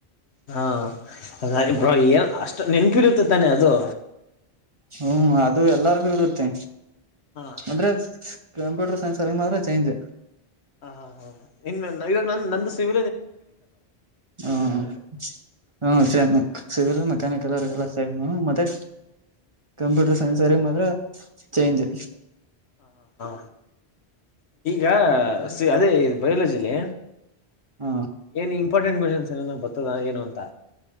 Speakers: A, on the left; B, on the right.
A: ಹಾ ಅ ಹ ಏ ಅಷ್ಟು ನೆನ್ಪಿರುತ್ತೆ ತಾನೆ ಅದು
B: ಹ್ಮ್ ಅದು ಎಲ್ಲರಿಗು ಇರುತ್ತೆ
A: ಹಾಂ
B: ಅ್ರೆ ಕಂಪ್ಯೂಟರ್ ಸೈನ್ಸ್ಗೆ ಮಾತ್ರ ಚೇಂಜ್
A: ಹ ಹಾ ಹಾ ಇನ್ ಇವಾಗ ನನ್ ನಂದು ಸಿವ
B: ಹ್ಮ ಹ ಸಿವಿಲ್ ಮೆಕ್ಯಾನಿಕಲ್ಲ್ಲ ಮತ್ತೆ ಕಂಪ್ಯೂಟರ್ ಸೈನ್ಸ್ರಿ ಮಾತ್ರ ಚೇಂಜ್
A: ಹ ಹಾ ಈಗ ಅದೇ ಬಯಲಜಿಲಿ
B: ಹ
A: ಏನ್ ಇಂಪಾರ್ಟೆಂಟ್ ಕ್ವೆಶನ್ಸ್ ಏನ ಬರ್ತದ ಏನು ಅಂತ